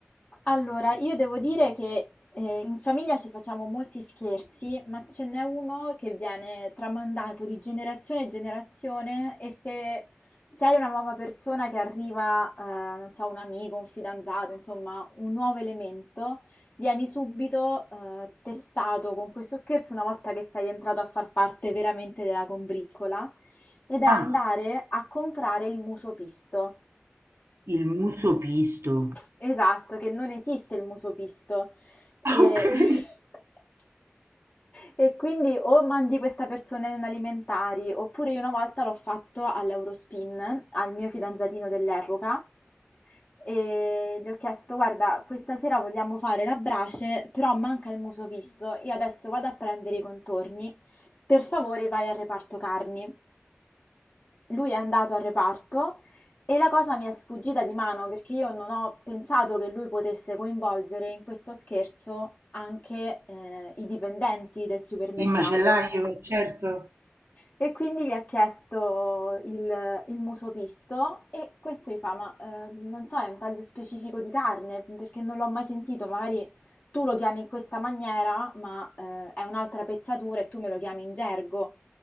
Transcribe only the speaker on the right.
Ah,
il muso pisto.
Ah,
okay.
Il macellaio, certo.